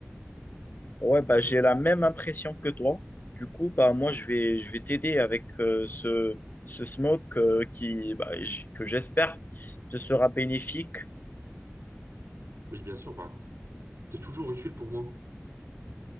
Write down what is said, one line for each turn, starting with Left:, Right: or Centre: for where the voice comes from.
Left: Ouais, bah, j'ai la même impression que toi. Du coup, bah, moi, je vais, je vais t'aider avec euh, ce, ce smoke euh, qui, bah, j- que j'espère te sera bénéfique.
Right: Oui, bien sûr, bah, t'es toujours utile pour moi.